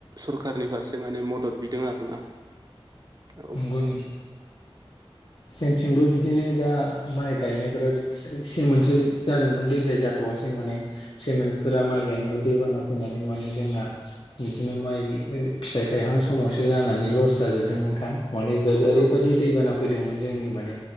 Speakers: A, on the right (about 40°); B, on the left (about 55°).
A: सरखारारनि फारसे माने मदद बिदों आरोना औ
B: नंगौ न जोंथिंबो बिदिनो दा माइ गायनायफोरा सेमोनसो जा जादोंमोन देग्लाय जाथ'वासै माने। सेमोनदफुरा माइ गायनायाव दैबाना फैनानै माने जोंना बिदिनो माइ ओ फिथाइ थाइहां समावसो आनानै जानानै लस जाजोबदों नोंथां माने ओरैबायदि
A: औ
B: दैबाना फैदोंमोन जोंनि माने